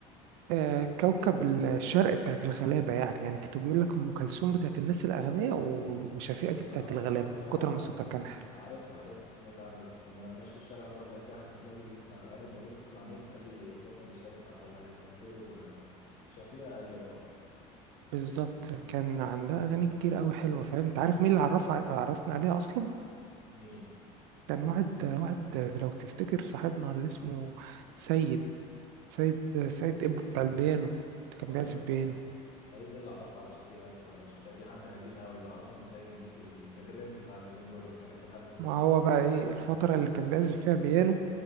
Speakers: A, on the right; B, on the left.
A: آه، كوكب الشرق بتاعت الغلابة يعني يعني كانوا بيقول لك أم كلثوم بتاعت الناس الأغنياء و- وشفيقة دي
B: آه
A: بتاعت الغلابة من كتر ما صوتها كان حلو
B: عارف عارف سمعت عنه بس كنت وانا ماشي في الشارع مرة لقيت واحد متمزج يسمع أغاني بقول له بتسمع مين؟ قال لي كوكب الشارع بتاعت الغلابة قلت له آه، شفيقة قال لي اه
A: بالظبط كان عندها أغاني كتير أوي حلوة فاهم أنت عارف مين اللي عرف عرفنا عليها أصلا
B: مين؟
A: كان واحد واحد لو تفتكر صاحبنا اللي اسمه سيد سيد سيد إبو بتاع البيانو
B: هو
A: كان بيعزف
B: إيه؟
A: بيانو
B: سعيد ايه اللي عرفه على شفيقة يا اسطى؟ شفيقة دي حد قديم أوي اللي أعرفه إن سعيد ليه في, ال... في الراب بتاع اليومين دول والحاجات الهلس دي
A: ما هو بقى إيه الفترة اللي كان بيعزف فيها بيانو